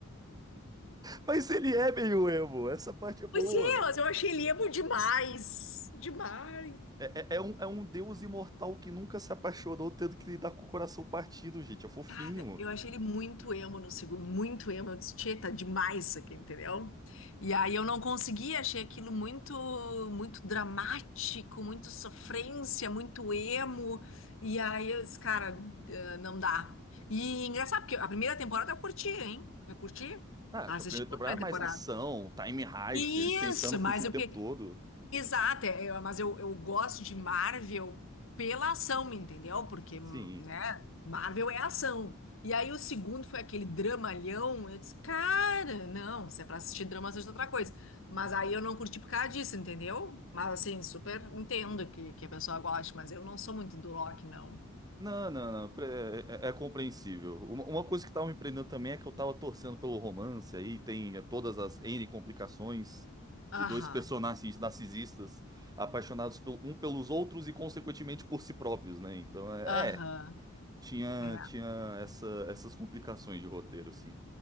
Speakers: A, on the right; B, on the left.
A: Mas ele é meio emo, essa parte é boa.
B: Pois é, mas eu achei ele emo demais. Demais.
A: É, é- é um, é um deus imortal que nunca se apaixonou, tendo que lidar com o coração partido, gente. É fofinho.
B: Cara, eu achei ele muito emo no segundo, muito emo. Eu disse, tchê, tá demais isso aqui, entendeu? E aí eu não consegui, achei aquilo muito, muito dramático, muito sofrência, muito emo. E aí eu disse, cara, eh, não dá. E engraçado, porque a primeira temporada eu curti, hein? Eu curti.
A: Ah,
B: Assisti
A: que a primeira
B: toda
A: temporada
B: a primeira
A: é mais
B: temporada.
A: ação, time heist,
B: Isso,
A: eles tentando fugir
B: mas
A: o
B: eu
A: tempo
B: fiquei,
A: todo.
B: Exato, é, eu- mas eu, eu gosto de Marvel pela ação, entendeu? Porque, né,
A: Sim.
B: Marvel é ação. E aí o segundo foi aquele dramalhão, eu disse, cara, não, se é pra assistir drama, assista outra coisa. Mas aí eu não curti por causa disso, entendeu? Mas assim, super entendo que, que a pessoa goste, mas eu não sou muito do Loki, não.
A: Não, não, não. pre- É, é é compreensível. Uma, uma coisa que tava me prendendo também é que eu tava torcendo pelo romance, aí tem é, todas as N complicações de
B: Aham,
A: dois personagens narcisistas apaixonados pel- um pelos outros e, consequentemente, por si próprios, né? Então, é.
B: aham.
A: é, Tinha,
B: é.
A: tinha essa- essas complicações de roteiro, sim.